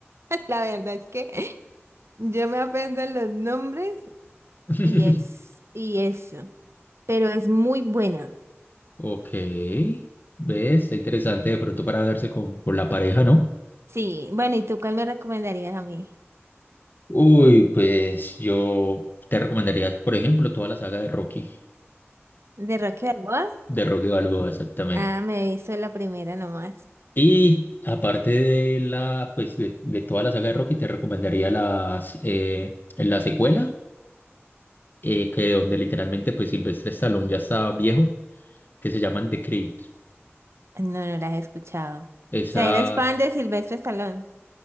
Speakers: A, on the right; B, on the left.
A: <laughs> la verdad es que yo me aprendo los nombres
B: <laughs>
A: Y es, y eso. Pero es muy buena.
B: Ok. ¿Ves? Está interesante de pronto para verse con, con la pareja, ¿no?
A: Sí, bueno, ¿y tú cuál me recomendarías a mí?
B: Uy, pues yo te recomendaría, por ejemplo, toda la saga de Rocky,
A: ¿De Rocky Balboa?
B: de Rocky Balboa, exactamente.
A: Ah, me he visto la primera nomás.
B: Y aparte de la, pues de, de toda la saga de Rocky, te recomendaría las, eh, la secuela, eh, que donde literalmente pues Silvestre Stallone ya está viejo, que se llaman The Creed.
A: No, no la he escuchado. O
B: Esa,
A: sea, eres fan de Silvestre Stallone.